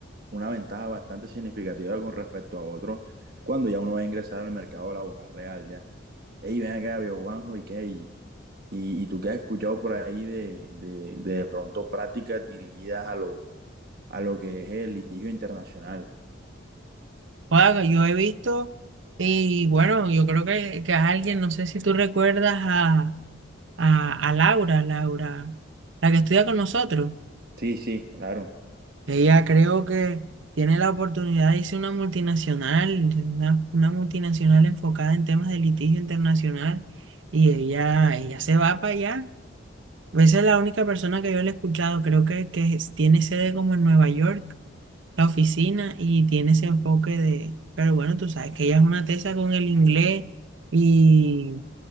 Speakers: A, on the right; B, on the right.
A: una ventaja bastante significativa con respecto a otros, cuando ya uno va a ingresar al mercado laboral real, ya. Ey, ven acá, viejo Juanjo, ¿y qué? Y, y tú qué has escuchado por ahí de, de, de de pronto prácticas dirigidas a lo, a lo que es el litigio internacional.
B: Oiga, yo he visto, y bueno, yo creo que, que alguien, no sé si tú recuerdas a, a, a Laura, Laura, la que estudia con nosotros.
A: Sí, sí, claro.
B: Ella creo que tiene la oportunidad de irse a una multinacional, una, una multinacional enfocada en temas de litigio internacional, y ella, ella se va para allá. Esa es la única persona que yo le he escuchado. Creo que, que es- tiene sede como en Nueva York, la oficina, y tiene ese enfoque de... Pero bueno, tú sabes que ella es una tesa con el inglés y,